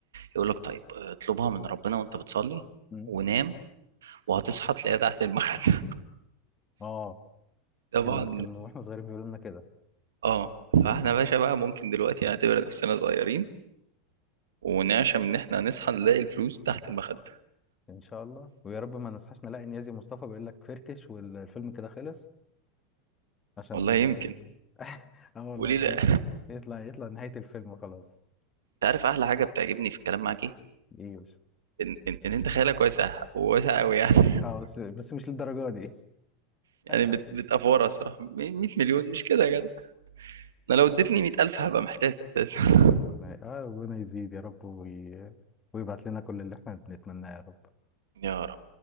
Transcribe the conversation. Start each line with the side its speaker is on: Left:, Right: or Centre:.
Right: يقول لك طيب اطلبها من ربنا وانت بتصلي
Left: م?
Right: ونام وهتصحى تلاقيها تحت المخدة
Left: اه
Right: <laughs> طبعا
Left: كان كان واحنا صغيرين بيقولوا لنا كده
Right: اه فاحنا باشا بقى ممكن دلوقتي نعتبر نفسنا صغيرين ونعشم ان احنا هنصحى نلاقي الفلوس تحت المخدة
Left: ان شاء الله ويا رب ما نصحاش نلاقي نيازي مصطفى بيقول لك فركش والفيلم كده خلص عشان
Right: والله يمكن
Left: اه <laughs> آه والله
Right: وليه
Left: عشان
Right: لا <laughs>
Left: يطلع يطلع نهاية الفيلم وخلاص
Right: انت عارف احلى حاجه بتعجبني في الكلام معاك ايه
Left: ايوه
Right: ان ان, إن انت خيالك واسع وواسع قوي يعني
Left: اه
Right: <laughs>
Left: بس بس مش للدرجة دي
Right: يعني
Left: <laughs>
Right: بت بتافوره الصراحه 100 مليون مش كده يا جدع انا لو اديتني 100000 هبقى محتاس اساسا
Left: ربنا
Right: <laughs>
Left: اه ربنا يزيد يا رب وي... ويبعت لنا كل اللي احنا بنتمناه يا رب
Right: يا رب